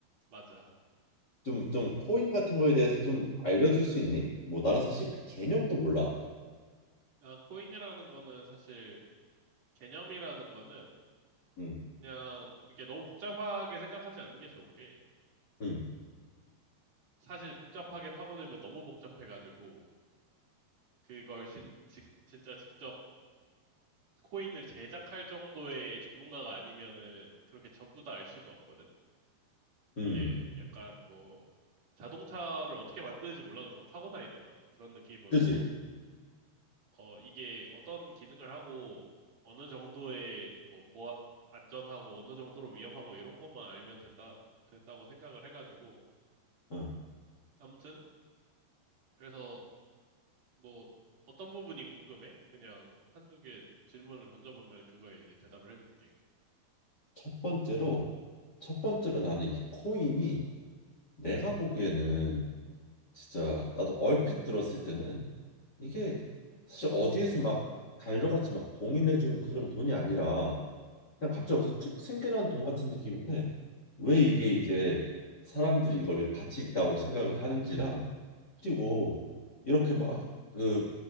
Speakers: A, on the right; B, on the left.
A: 맞아.
B: 좀 좀 코인 같은 거에 대해서 좀 알려줄 수 있니? 뭐 나는 사실 그 개념도 몰라.
A: 아, 코인이라는 거는 사실 개념이라는 거는
B: 응
A: 그냥 이게 너무 복잡하게 생각하지 않는 게 좋은 게
B: 응
A: 사실 복잡하게 파고들면 너무 복잡해가지고 그걸 진, 직- 진짜 직접 코인을 제작할 정도의 전문가가 아니면은 그렇게 전부 다 알 수는 없거든.
B: 응
A: 이게 약간 뭐 자동차를 어떻게 만드는지 몰라도 다 타고 다니잖아. 그런 느낌으로
B: 그지?
A: 어, 이게 어떤 기능을 하고 어느 정도의 뭐 보안, 안전하고 어느 정도로 위험하고 이런 것만 알면 된다, 된다고 생각을 해가지고.
B: 응.
A: 아무튼, 그래서 뭐 어떤 부분이 궁금해? 그냥 한두 개 질문을 던져보면 그거에 이제 대답을 해줄게.
B: 첫 번째로 첫 번째로 나는 이 코인이 내가 보기에는 진짜 나도 얼핏 들었을 때는 이게 사실 어디에서 막 달려갔지 막 공인해준 그런 돈이 아니라 그냥 갑자기 어서툭 생겨난 돈 같은 느낌인데 왜 이게 이제 사람들이 이거를 가치 있다고 생각을 하는지랑 그리고 이렇게 막 그